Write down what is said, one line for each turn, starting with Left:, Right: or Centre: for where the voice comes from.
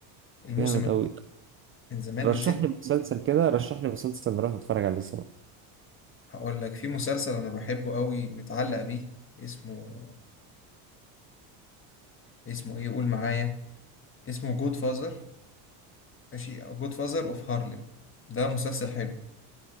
Left: الموسم
Right: جامد
Left: ال-
Right: قوي
Left: من زمان
Right: رشح
Left: أنا نسيت
Right: لي مسلسل كده رشح لي مسلسل نروح نتفرج عليه سوا
Left: هقول لك في مسلسل انا بحبه قوي متعلق بيه اسمه اسمه ايه قول معايا اسمه جود فازر ماشي جود فازر اوف هارلم ده مسلسل حلو